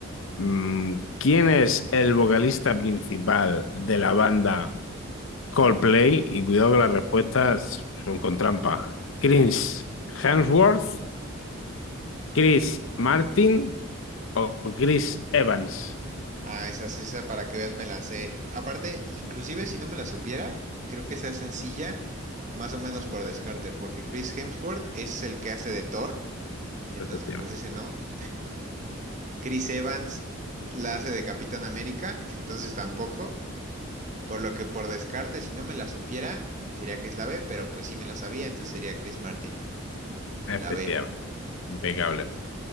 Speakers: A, on the left; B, on the right.
A: Mm, ¿Quién es el vocalista principal de la banda Coldplay? Y cuidado que las respuestas son con trampa. ¿Chris Hemsworth, Chris Martin o Chris Evans?
B: Ah, esa, esa para que veas me la sé. Aparte, inclusive si no me la supiera, creo que esa es sencilla, más o menos por descarte, porque Chris Hemsworth es el que hace de Thor, entonces
A: Efectivamente,
B: pues ese no. Chris Evans la hace de Capitán América, entonces tampoco. Por lo que por descarte, si no me la supiera, pues diría que es la B, pero pues sí me la sabía, entonces sería Chris Martin.
A: efectivamente.
B: La B.
A: impecable.